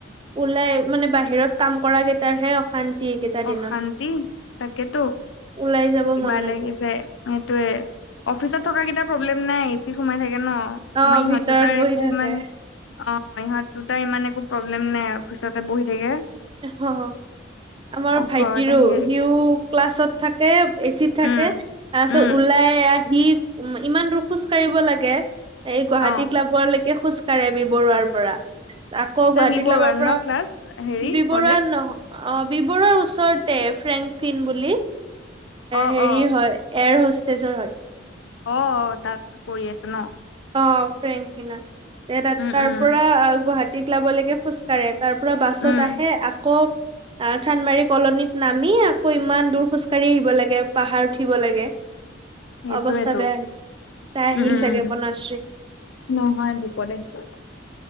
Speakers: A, on the right (about 25°); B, on the left (about 80°).
A: ওলাই মানে বাহিৰত কাম কৰা কেইটাৰ হে অশান্তি। এইকেইটা দিনত
B: অশান্তি তাকেতো
A: ওলাই যাব
B: কিবা
A: মন নাযায়
B: লাগিজাই। সেইটোয়ে অফিচত থকা কেইটা প্ৰব্লেম নাই এচিত সোমাই থাকে ন।
A: অ
B: আমাৰ ইহত
A: ভিতৰত
B: দুটাৰ
A: বহি
B: একো
A: থাকে
B: ইমান। অ' ইহঁত দুটাৰ ইমান একো প্ৰব্লেম নাই আৰু। অফিচতে বহি থাকে।
A: <unintelligible> আমাৰ
B: অ
A: ভাইটিৰো,
B: ঘৰত আহি দিগদাৰ
A: সিও ক্লাছত থাকে, এ-চিত থাকে।
B: উম
A: তাৰপিছত
B: উম
A: ওলাই আহি উ ইমান দূৰ খোজ কাঢ়িব লাগে এই গুৱাহাটী
B: অ
A: ক্লাবৰলৈকে খোজ। বি বৰুৱাৰ পৰা আকৌ
B: তাই
A: গুৱাহাটী
B: বি
A: ক্লাবৰ পৰা।
B: <unintelligible> হেৰি,
A: বি বৰুৱা
B: কলেজ
A: নহ অ বি বৰুৱাৰ ওচৰতে ফ্ৰেংকফিন বুলি। এ
B: অ
A: হেৰি
B: অ
A: হয় এয়াৰ হোষ্টেজৰ হয়।
B: অ অ তাত কৰি আছে ন।
A: অ ফ্ৰেংকিনত ত
B: উম
A: তাৰ
B: উম
A: পৰা গুৱাহাটীত ক্লাব লৈকে খোজকাঢ়ে। তাৰ পৰা বাছত
B: উম
A: আহে আকৌ। আহ চান্দমাৰি কলনীত নামি আকৌ ইমান দূৰ খোজ কাঢ়ি আহিব লাগে পাহাৰ উঠিব লাগে।
B: সেইটোয়েতো
A: অৱস্থা বেয়া তাই আহিল
B: উম উম
A: চাগে বনশ্ৰী।
B: নহয় দুপৰ <unintelligible>